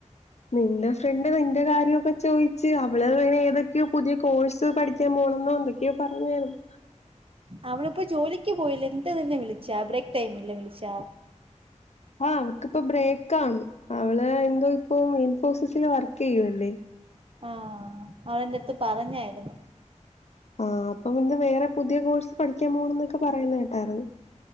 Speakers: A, on the left; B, on the right.
A: നിന്റെ ഫ്രണ്ട് നിന്റെ കാര്യൊക്കെ ചോയിച്ച് അവള് വേണെ ഏതൊക്കെയോ പുതിയ കോഴ്സ് പഠിക്കാൻ പോണെന്നോ എന്തൊ ന്തൊക്കെയോ പറഞ്ഞാരുന്നു.
B: അവളിപ്പോ ജോലിക്ക് പോയില്ലെ, എന്ത് നിന്നെ വിളിച്ചാ ബ്രേക്ക് ടൈമില് വിളിച്ചാ.
A: ആഹ് അവക്കിപ്പ ബ്രേക്ക് ആണ് അവള് എന്തോ ഇപ്പ ഇൻഫോസിസിൽ വർക്ക് ചെയ്യുവല്ലേ.
B: ആഹ് അവളന്റെടുത്ത് പറഞ്ഞായിരുന്നു.
A: ആഹ് അപ്പം എന്തോ വേറെ പുതിയ കോഴ്സ് പഠിക്കാൻ പോണം ന്നൊക്കെ പറയുന്ന കേട്ടായിരുന്നു.